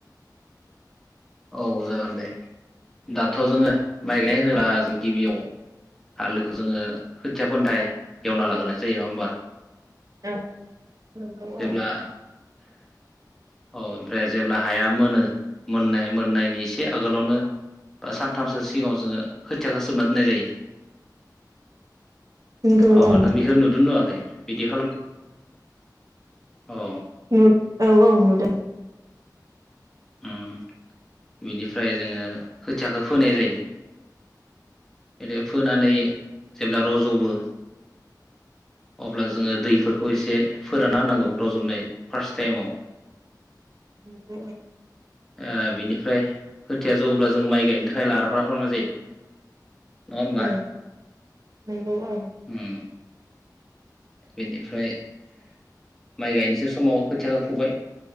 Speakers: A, in the centre; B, on the right (about 50°).
A: औ जागोन दे दाथ' जोङो माइ गायनाय होनोब्ला ज गिबियाव हालोखौ जोङो खोथिया फोनथाय एवना लाग्रोनाय जायो नङा होनबा।
B: औ नोंगौ
A: जेब्ला
B: औ
A: औ ओमफ्राय जेब्ला हाया मोनो मोननाय मोननायनि एसे आगोलावनो बा सानथामसो सिगाङाव जोङो खोथियाखौ सोमना दोननाय जायो।
B: नंगौ
A: अ
B: औ
A: नों बेखौ नुदों नुवाखै? बिदि खालामबाय औ
B: नु औ औ नुदों।
A: उम बिनिफ्राय जोङो खोथियाखौ फोनाय जायो। बिदि फोनानै जेब्ला रज'बो अब्ला जोङो दैफोरखौ एसे फोरानना होननांगौ रज'नाय फार्स्ट टाइमाव
B: नंगौ ओ
A: आ बिनिफ्राय खोथिया जौब्ला जों माइ गायनो थाखाय लाहार फाहार खालामनाय जायो। नङा होमबा
B: औ नंगौ औ
A: उम बेनिफ्राय माइ गायनोसै समाव खोथियाखौ फुबाय।